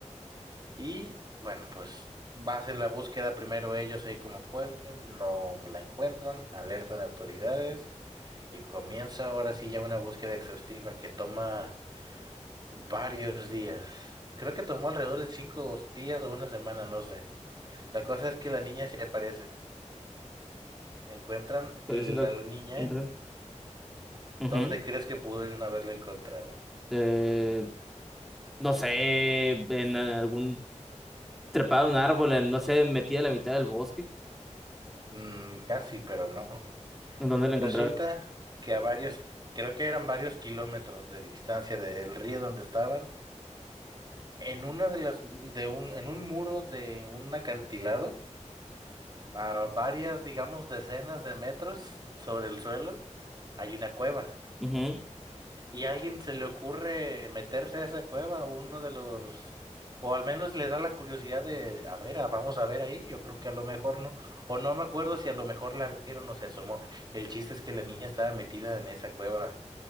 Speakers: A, on the right; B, in the centre.
A: Y bueno, pues hacen la búsqueda primero ellos ahí como pueden, no la encuentran, alertan a autoridades y comienza ahora sí ya una búsqueda exhaustiva que toma Varios días. Creo que tomó alrededor de cinco días o una semana, no sé. La cosa es que la niña se aparece. Encuentran
B: parece
A: la,
B: lo
A: la niña.
B: entran. Ujú.
A: ¿Dónde crees que pudieron haberla encontrado?
B: Eh, no sé, en en algún trepado de un árbol, en, no sé, metida a la mitad del bosque,
A: Mm, casi, pero no.
B: en dónde la encontraron.
A: Resulta que a varios, creo que eran varios kilómetros de distancia del río donde estaban, en una de las, de un, en un muro de un acantilado, a varias, digamos, decenas de metros sobre el suelo, hay una cueva.
B: Ujú.
A: y a alguien se le ocurre meterse a esa cueva, uno de los, o al menos le da la curiosidad de, a ver, ah, vamos a ver ahí, yo creo que a lo mejor no, o no me acuerdo si a lo mejor la vieron o se asomó. El chiste es que la niña estaba metida en esa cueva